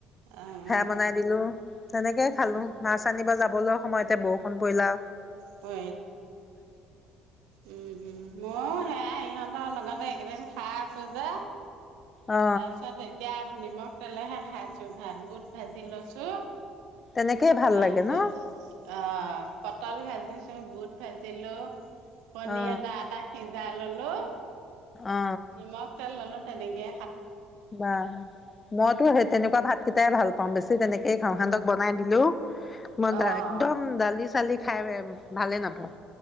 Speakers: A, on the right; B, on the left.
A: অ'
B: সেয়া
A: অ'
B: বনাই দিলো, তেনেকেই খালো।
A: উম
B: মাছ আনিব যাব খাবলৈ সময়তে বৰষুণ পৰিলা।
A: <unintelligible> অ, উম, উম, মইয়ো সেয়াই সিহঁতৰ লগতে <unintelligible> খাই আছো যে।
B: অ
A: তাৰপিছত <unintelligible> নিমখ তেলেহে খাইছো ভাত, বুট ভাজি লৈছো।
B: তেনেকেই ভাল
A: তাৰপিছত
B: লাগে ন
A: অ, পটল ভাজি বুট ভাজিলোঁ। কণী
B: অ
A: এটা এটা সিজাই ললো হেল্ল'।
B: অ
A: নিমখ তেল ললো। তেনেকে
B: বা, মইতো সেই তেনেকুৱা ভাতকেইটাই ভাল কম বেছি তেনেকেই খাওঁ সেহঁনতক বনাই দিলেঁও। মই
A: অ',
B: দা একদম দালি চালি খাই বেয়া পাওঁ। ভালেই নাপাওঁ।